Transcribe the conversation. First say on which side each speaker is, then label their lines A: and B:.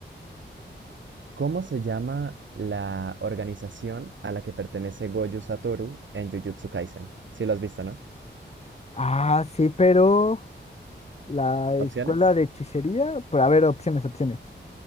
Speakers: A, on the right; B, on the left.
A: ¿Cómo se llama la organización a la que pertenece Gojo Satoru en Jujutsu Kaisen? Si lo has visto, ¿no?
B: Ah, sí, pero la
A: Opciones:
B: escuela de hechicería, por ver opciones, opciones.